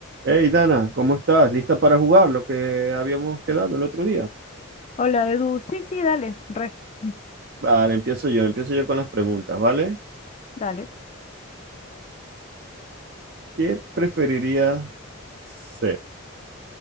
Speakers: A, on the right; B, on the left.
A: Hey Dana, ¿cómo estás? ¿Lista para jugar lo que habíamos quedado el otro día?
B: Hola, Edu. Sí, sí, dale, re, <laughs>
A: Vale, empiezo yo, empiezo yo con las preguntas, ¿vale?
B: dale.
A: ¿Qué preferirías ser?